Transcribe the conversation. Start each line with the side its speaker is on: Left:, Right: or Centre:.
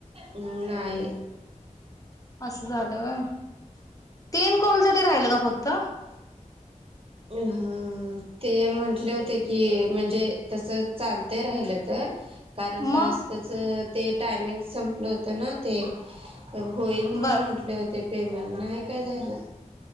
Right: हूं नाही.
Left: असं झालं व्हयं तीन कॉल साठी राहिल का फक्त
Right: अ हा. ते म्हंटले होते की म्हणजे तस चालतय राहिलं तर कारण
Left: मग
Right: टास्कच ते टायमिंग संपलं होतं ना ते होईल म्हणून
Left: बर
Right: म्हटले होते पेमेंट, नाही काय झाल.